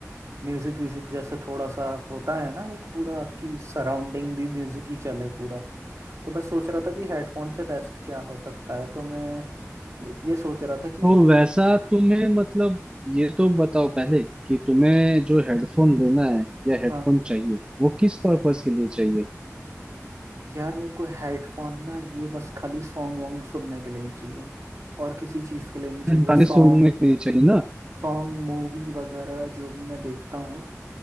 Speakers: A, on the right; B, on the right.
A: म्यूजिक व्यूजिक जैसा थोड़ा सा होता है ना एक पूरा कि सराउंडिंग भी म्यूजिक ही चले पूरा तो मैं सोच रहा था कि हेडफोन से बेस्ट क्या हो सकता है तो मैं ये सोच रहा था कि
B: तो वैसा
A: ये
B: तुम्हें मतलब ये तो बताओ पहले कि तुम्हें जो हेडफोन लेना है या हेडफोन
A: हाँ
B: चाहिए वो किस पर्पस के लिए चाहिए
A: यार मेरे को हेडफोन ना ये बस खाली सॉन्ग वॉन्ग सुनने के लिए ही चाहिए और किसी चीज़ के लिए नहीं चाहिए
B: सिर्फ गाने
A: सॉन्ग
B: सुनने के लिए चाहिए ना
A: सॉन्ग मूवी वगैरह जो भी मैं देखता हूँ